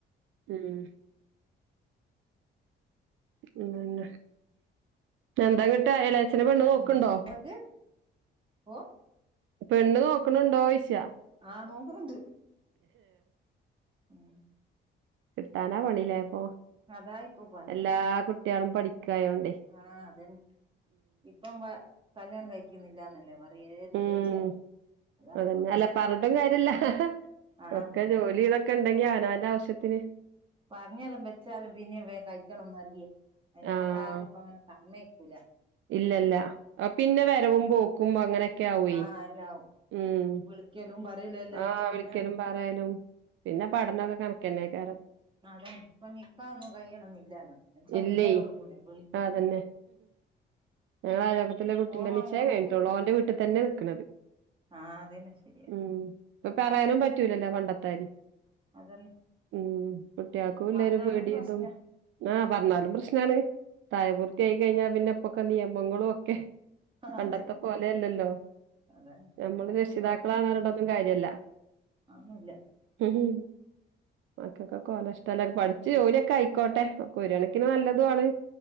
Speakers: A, on the right; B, on the right.
A: ഉം ഉം അയന്നെ എന്താങ്ങട്ട് എളേച്ഛന് പെണ്ണ് നോക്ക്‌ണ്ടോ
B: അങ്ങനെ ഇങ്ങക്ക് ഓ
A: പെണ്ണ് നോക്ക്‌ണുണ്ടോയ്ച്ച
B: ആഹ് നോക്കുന്നുണ്ട് ഉം
A: കിട്ടാനാ പണി ല്ലേ ഇപ്പൊ
B: അതാ ഇപ്പൊ പണി
A: എല്ലാ കുട്ടിയേളും പഠിക്കായോണ്ടെയ്
B: ആഹ് അതന്നെ ഇപ്പം കല്യാണം കഴിക്കുന്നില്ലാന്നല്ലേ പറ <unintelligible>
A: ഉം
B: അതാ
A: അതന്നെ
B: ഇപ്പൊ പ്രശ്നം
A: അല്ല പറഞ്ഞിട്ടും കാര്യല്ല
B: ആഹ്
A: ഒക്കെ ജോലി ഇതൊക്കെണ്ടെങ്കി അവനാന്റെ ആവശ്യത്തിന്
B: പറഞ്ഞാലും വെച്ചാലും പിന്നെ വേം കഴിക്കണംന്ന് അറിയേ അയ്നെക്കൊണ്ടാരും
A: ആഹ്
B: ഇപ്പങ്ങനെ സമ്മെയ്ക്കൂല
A: ഇല്ലല്ല പിന്നെ വരവും പോക്കും അങ്ങനെ ഒക്കെയാവൊയ്
B: ആഹ് എല്ലാവും
A: ഉം
B: വിളിക്കലും പറയലും എല്ലാം ആയിട്ട്
A: ആഹ്
B: പിന്നെ
A: വിളിക്കലും പറയലും പിന്നെ പഠനൊക്കെ കണക്കന്നേക്കാരം
B: അതെ ഇപ്പൊ നിക്കാഹൊന്നും കയ്യണംന്നില്ലാലോ അയിന്റെ
A: ഇല്ലേ
B: മുന്നേ തൊടങ്ങൂലേ വിളി
A: അതന്നെ ഞങ്ങളയലോക്കത്ത്ല്ല കുട്ടിന്റെ
B: ഫോണും
A: നിശ്ചയം
B: അങ്ങ് കൊടുക്കൂ
A: കയിഞ്ഞിട്ടൊള്ളൂ ഓന്റെ വീട്ടിത്തന്നെ നിക്ക്‌ണത്
B: ആഹ് അതന്നെ ശരിയ
A: ഉം ഇപ്പൊ പറയാനും പറ്റൂലല്ലോ പണ്ടത്തെയാരി
B: അതന്നെ
A: ഉം കുട്ടിയാൾക്കും ഇല്ലരു
B: പറഞ്ഞാലും
A: പേടി
B: പ്രശ്നാ
A: ഇതും ആഹ് പറഞ്ഞാലും പ്രശ്നാണ്. പ്രായപൂർത്തിയായി
B: ഉം
A: കഴിഞ്ഞാ പിന്നെ ഇപ്പൊക്കെ നിയമങ്ങളും ഒക്കെ പണ്ടത്തെ
B: അതന്നെ
A: പോലെ അല്ലല്ലോ
B: അതന്നെ
A: ഞമ്മള്
B: ഇപ്പെല്ലാം
A: രക്ഷിതാക്കളാണറഞ്ഞ്ട്ടൊന്നും കാര്യല്ല
B: അഒന്നുല്ല
A: <inaudible> മക്കക്കൊക്കെ ഓലെഷ്ട്ടല്ലേ പഠിച്ച് ജോലിയൊക്കെ ആയിക്കോട്ടെ. ഒക്കെ ഒരു കണക്കിന് നല്ലതു ആണ്